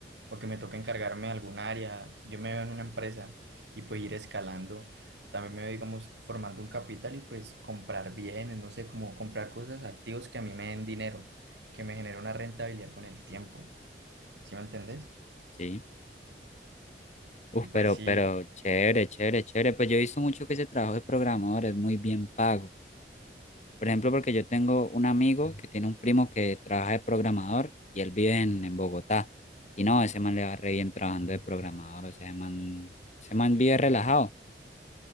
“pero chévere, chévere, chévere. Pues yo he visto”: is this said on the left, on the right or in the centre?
Left